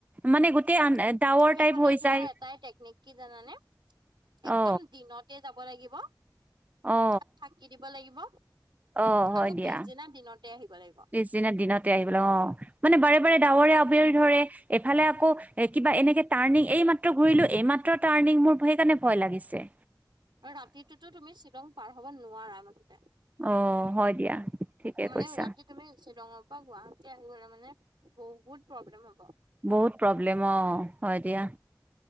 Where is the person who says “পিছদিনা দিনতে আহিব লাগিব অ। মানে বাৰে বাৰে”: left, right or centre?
Right